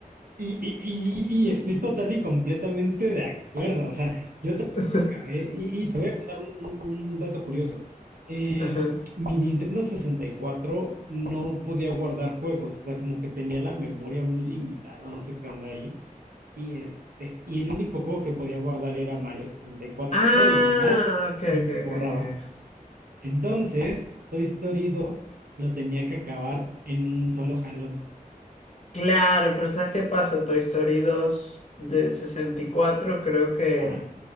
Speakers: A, on the right; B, on the left.
A: Y, y, y, y estoy total y completamente de acuerdo. O sea, yo también
B: <laughs>
A: lo acabé. Y, y te voy a contar un, un- un dato curioso. Eh,
B: Ajá.
A: mi Nintendo sesenta y cuatro no podía guardar juegos. O sea, como que tenía la memoria muy limitada, no sé qué onda ahí. Y este, y el único juego que podía guardar era Mario sesenta y cuatro.
B: Ah,
A: Todos los demás
B: ok,
A: los
B: ok,
A: borraba.
B: ok. ok.
A: Entonces, Toy Story 2 lo tenía que acabar en un solo jalón.
B: Claro, pero ¿sabes qué pasa? Toy Story dos de 64, creo que
A: Ah,